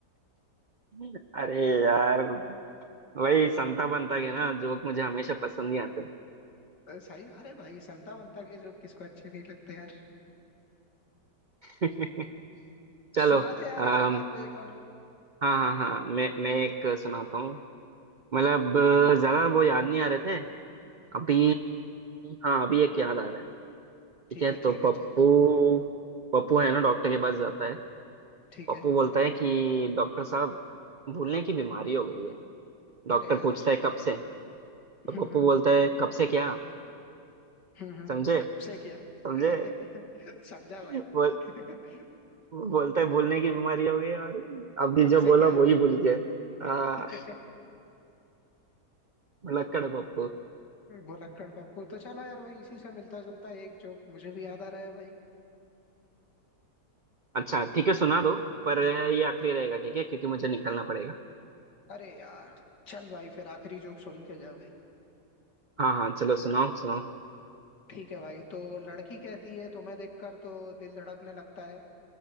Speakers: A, on the right (about 80°); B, on the left (about 80°).
A: अरे यार वही संता बनता के ना जोक मुझे हमेशा पसंद ही आते
B: अ, सही अरे भाई संता बंता के जो किसको अच्छे नहीं लगते यार
A: हैं <laughs> चलो
B: सुना दे यार
A: अम,
B: इसी बात पे एक और
A: हाँ हाँ हाँ मैं मैं एक सुनाता हूँ मतलब अ, ज्यादा वो याद नहीं आ रहे थे अभी हाँ अभी एक याद आ रहा है
B: ठीक
A: ठीक है
B: है
A: तो
B: ठीक है
A: पप्पू
B: ठीक
A: पप्पू है ना डॉक्टर के पास जाता है
B: ठीक
A: पप्पू
B: है
A: बोलता है कि डॉक्टर साहब भूलने की बीमारी हो गई है डॉक्टर
B: अरे यार
A: पूछता है कब से तो
B: हम्म
A: पप्पू
B: हम्म
A: बोलता है कब से क्या
B: हम्म हम्म,
A: समझे
B: कब से क्या
A: समझे
B: <laughs> समझा भाई
A: <laughs> बोल
B: <laughs>
A: बोलता है भूलने की बीमारी हो गई है और अभी
B: कब
A: जो
B: से
A: बोला
B: क्या
A: वही भूल गया
B: <laughs>
A: हाँ लक्कड़ है पप्पू
B: भुलक्कड़ पप्पू तो चलो यार भाई इसी से मिलता जुलता एक जोक मुझे भी याद आ रहा है भाई
A: अच्छा ठीक है सुना दो पर ये आखिरी रहेगा ठीक है क्योंकि मुझे निकलना पड़ेगा
B: अरे यार चल भाई फिर आखिरी जोक सुन के जा भाई
A: हाँ हाँ चलो सुनाओ सुनाओ
B: ठीक है भाई तो लड़की कहती है तुम्हें देखकर तो दिल धड़कने लगता है